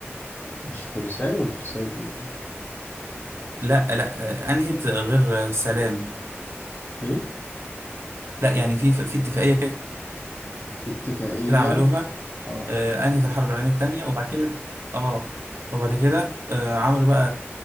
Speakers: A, on the left (about 45°); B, on the right (about 65°).
A: مش فرساي ولا فرساي دي
B: لا لا آه، انهت غير سلام
A: ايه
B: لا يعني في في اتفاقية
A: في اتفاقية
B: كده عملوها
A: اه
B: آه، انهت الحرب العالميه الثانيه وبعد كده اه وبعد كده آه، عملوا بقى